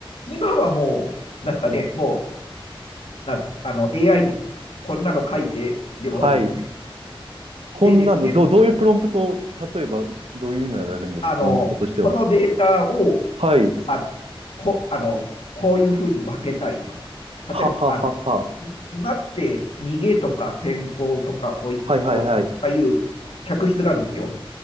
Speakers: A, on the left; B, on the right.
A: 今はもう、なんですかね、もな、あの、AI にこんなの書いてで終わりですね。
B: はい。こんなの、
A: でですね、
B: どう、どういうプロンプトを、例えばどういうのやられるんですか、
A: あの、
B: プロンプトとしては。
A: このデータを、
B: はい、
A: あ、こ、あの、こういうふうに分けたいとか、
B: はははは。
A: 例えば、あの、今って逃げとか先行とかおいき、
B: はいはいはい。
A: あおいああいう客室があるんですよ。